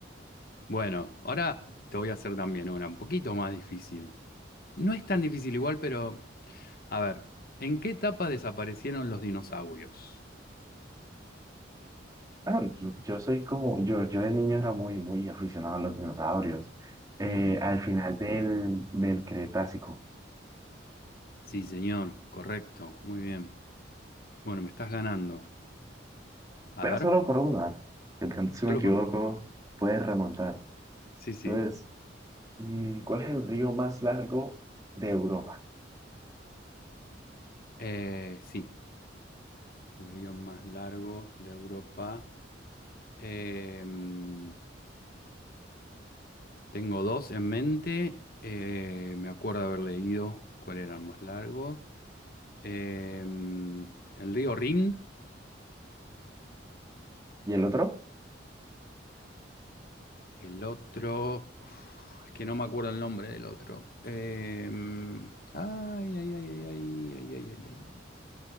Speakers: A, on the left (about 50°); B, on the right (about 20°).
A: Bueno, ahora te voy a hacer también una un poquito más difícil. No es tan difícil igual, pero a ver, ¿en qué etapa desaparecieron los dinosaurios?
B: Ah, yo yo soy como, yo, yo de niño era muy, muy aficionado a los dinosaurios, eh,
A: ¿Mm?
B: al final del, del Cretácico,
A: Sí, señor, correcto, muy bien. Bueno, me estás ganando. A
B: pero
A: ver,
B: solo por una, de pronto si
A: solo
B: me equivoco,
A: por uno.
B: puedes remontar.
A: Sí, sí.
B: Entonces, mm, ¿cuál es el río más largo de Europa?
A: Eh, sí, el río más largo de Europa. Em, tengo dos en mente. Eh, me acuerdo haber leído cuál era el más largo. Em, el río Rin.
B: ¿Y el otro?
A: El otro. uf, es que no me acuerdo el nombre del otro. Em, ay, ay, ay, ay, ay, ay, ay, ay, ay.